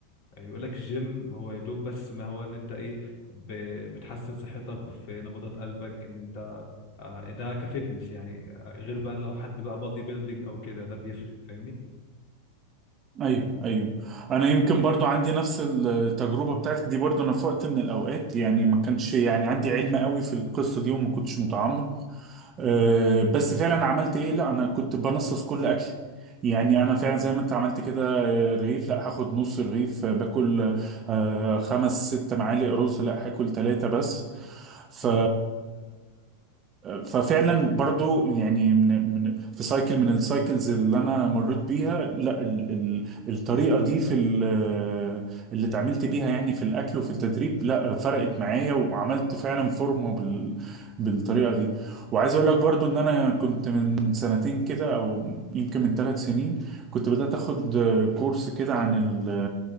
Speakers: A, on the left; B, on the right.
A: يعني يقول لك الجيم هو يا دوب بس ما هو اللي انت ايه ب- بتحسن صحتك في نبضات قلبك ان انت آه، ده كفتنس يعني آه، غير بقى لو حد بقى بادي بيلدينج او كده ده بيفرق فاهمني
B: ايوه ايوه انا يمكن
A: مم.
B: برضو عندي نفس التجربه بتاعتك دي برضو انا في وقت من الاوقات يعني ما كانش يعني عندي علم قوي في القصه دي وما كنتش متعمق
A: مم.
B: أه بس فعلا عملت ايه لا انا كنت بنصص كل اكلي يعني انا
A: مم.
B: فعلا زي ما انت عملت كده آه، رغيف لا هاخد نص رغيف آه، باكل آه، خمس ست معالق رز لا هاكل ثلاثة بس ف
A: مم.
B: ففعلا برضو يعني من من في سايكل من السايكلز اللي انا مريت بيها لا ال... ال... الطريقه دي في ال... آه، اللي اتعاملت بيها يعني في الاكل وفي التدريب لا فرقت معايا وعملت فعلا فورمه بال... بالطريقه دي وعايز اقول لك برضو ان انا كنت من سنتين كده او يمكن من ثلاث سنين كنت بدأت اخد كورس كده عن ال